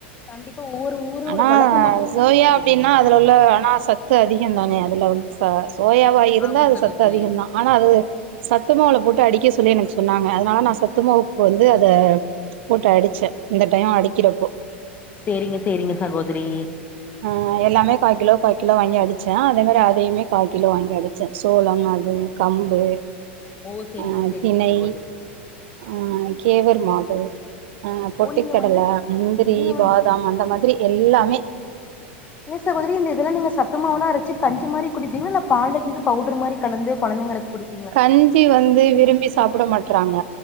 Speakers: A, on the left; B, on the right.
A: கண்டிப்பா ஒவ்வொரு ஊரோட
B: ஆனா
A: வழக்கம் அப்டி
B: சோயா
A: சகோதரி
B: அப்டின்னா
A: அது
B: அதுல உள்ள ஆனா சத்து அதிக தானே அதுல உள்ள ச சோயாவ இருந்தா
A: ஆமா
B: அது
A: சகோதரி
B: சத்து அதிக தா ஆனா அது சத்துமாவுல போட்டு அடிக்க சொல்லி எனக்கு சொ சொன்னாங்க அதனால நா சத்துமாவுக்கு வந்து அத போட்டு அடிச்சே இந்த டயோ அடிக்கிறப்போ
A: சேரிங்க சேரிங்க சகோதரி
B: ஆ எல்லாமே கா கிலோ கா கிலோ வாங்கி அடிச்சே அதே மாரி அதையுமே கா கிலோ வாங்கி அடிச்சே சோளம் அது கம்பு
A: ஓ செரிங்க
B: ஆ
A: செரிங்க
B: திணை
A: சகோதரி
B: ஆ கேவர்
A: சேரி சேரி
B: மாவு ஆ பொட்டுகடல
A: ஓ நீங்க வந்து
B: முந்திரி
A: நீங்க வந்து
B: பாதாம் அந்த மாதிரி எல்லாமே
A: ஏ சகோதரி இந்த இதுல நீங்க சத்து மாவுலா அரச்சு கஞ்சி மாரி குடிப்பீங்களா இல்ல பால்ல கீது பவுடர் மாரி கலந்து கொழந்தைங்களுக்கு குடித்
B: கஞ்சி வந்து விரும்பி சாப்ட்ட மாட்றாங்க